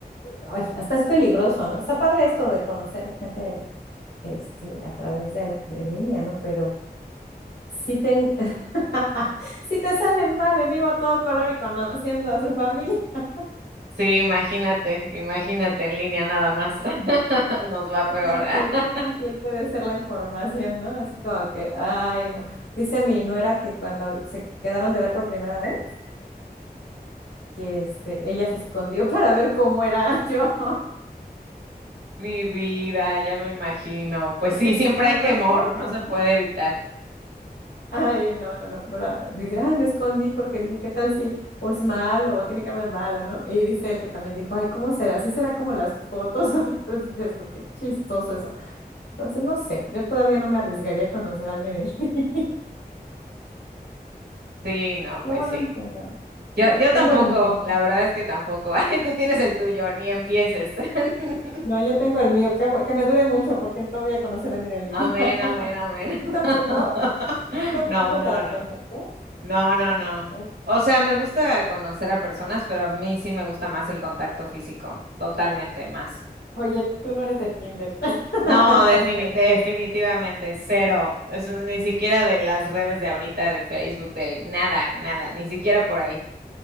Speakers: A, on the left; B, on the right.
A: ay, hasta es peligroso, ¿no? Está padre esto de conocer gente este, a través de, la- de línea, ¿no? Pero si te, <laughs> si te salen mal en vivo a todo color y conociendo a su familia, <laughs>
B: Sí, imagínate, imagínate en línea nada más. <laughs> Nos va peor.
A: ¿qué tan
B: <laughs>
A: fiel,
B: ah.
A: qué tan fiel puede ser la información, ¿no? Así como que, ay, no. Dice mi nuera que cuando se quedaron de ver por primera vez, que este, ella se escondió <laughs> para ver cómo era <laughs> yo.
B: Mi vida, ya me imagino. Pues
A: porque
B: sí,
A: pues
B: siempre
A: mandas
B: hay temor,
A: fotos,
B: no se
A: ¿no?
B: puede evitar.
A: Ay, no, no, no, pero dice, ay, me escondí porque dije, ¿qué tal si o es malo o tiene cara de malo, ¿no? Y dice él que también dijo, ay, ¿cómo será? ¿Sí será como las fotos <laughs> o qué? Entonces dices tú, qué chistoso eso. Entonces, no sé, yo todavía no me arriesgaría a conocer a alguien en <laughs> línea.
B: Sí, no, pues
A: Lo bueno
B: sí.
A: es que no,
B: Yo,
A: no,
B: yo tampoco,
A: tengo el mío.
B: la verdad es que tampoco. <laughs> Ay, tú tienes el tuyo, ni empieces. <laughs>
A: No, yo tengo el mío, que, bu- que me dure mucho porque no voy a conocer a alguien en línea.
B: Amén,
A: <laughs>
B: amén, amén.
A: ¿Tú
B: <laughs>
A: tampoco? ¿Tú tampoco
B: No, no,
A: te aventarías?
B: no. No, no, no.
A: Eres-
B: O sea, me gusta conocer a personas, pero a mí sí me gusta más el contacto físico, totalmente más.
A: Oye, tú no eres de Tinder. <laughs>
B: No, defini- definitivamente cero. Es un- ni siquiera de las redes de ahorita, de Facebook, de nada, nada, ni siquiera por ahí,